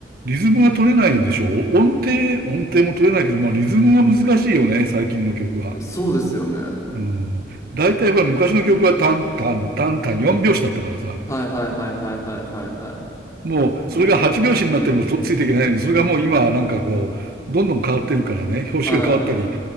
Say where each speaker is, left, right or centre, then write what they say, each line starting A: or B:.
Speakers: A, on the right; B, on the left.
A: リズムが取れないでしょ音程、音程も取れないけど、まあリズムが難しいよね、最近の曲は。
B: そうですよね。は
A: うん。大体ほら昔の曲はタンタン、タンタン4拍子だったからさ。
B: いはいはいはいはいはいはい。
A: もう、それが8拍子になってもとっついていけないのに、それがもう今はなんかこう、どんどん変わってるからね、拍子が変わったり、
B: はい。